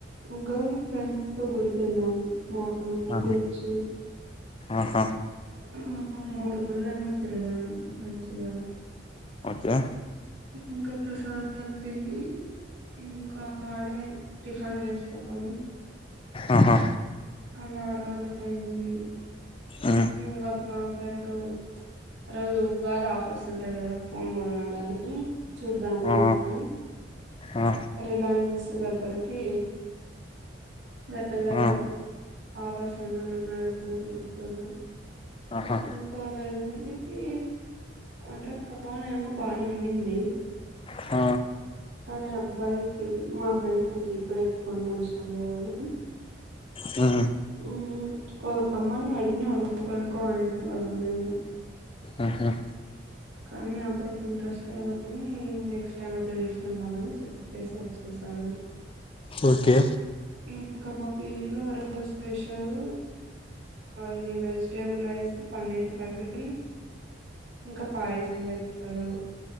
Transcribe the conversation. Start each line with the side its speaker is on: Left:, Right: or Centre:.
Right: ఉగాదికి ఫ్రెండ్స్ తో గుడికెళ్ళాం అ
Left: ఆహా
Right: లేచి
Left: ఆహా
Right: ఆ మూడు గుళ్లు ఏమో తిరిగాం మంచిగా
Left: ఓకే
Right: ఇంకా ప్రసాదాలు తిని ఇంకా ఆడే టిఫన్ చేసుకొని
Left: ఆహా
Right: అలా రోజయింది
Left: ఆ
Right: నింగా ఆమె ఫ్రెండు రోజు ఉగాది ఆఫర్స్ ఉంటాయి కదా ఫోన్కొనా లని చూద్దాము
Left: ఆ
Right: అందుకని
Left: ఆ
Right: రిలయన్స్ త దెగ్గరికి వెళ్ళాడు
Left: ఆ
Right: ఆఫర్స్ ఏమైన్నా ఉన్నాయో ఎమో చుద్దామని
Left: ఆహా
Right: ఇంకా వెళ్ళనికి అంటే ఫోన్ ఏమో బానే ఉండింది
Left: హ
Right: కానీ అబ్బాయికిి మా ఫ్రెండ్ కి ఇప్పుడె కొండం ఇష్టం లేదని
Left: మా
Right: మ్మ్. వాళ్ళ అమ్మని అడిగినాడు కనుక్కోమనింది వాళ్ళమ్మని
Left: ఆహా
Right: కానీ అబ్బాయికి ఇంట్రెస్ట్ లేదనీ నెక్స్ట్ టైమ్ గిట్ల తీసుకుంటామని చె ప్పేసి వచ్చేసాడు
Left: ఓకే
Right: ఇంక మా పిజీలో ఒ రోజు స్పెషల్ ఇది వెజిటేబుల్ రైస్ పన్నీర్ కర్రీ ఇంక పాయసం పెట్టారు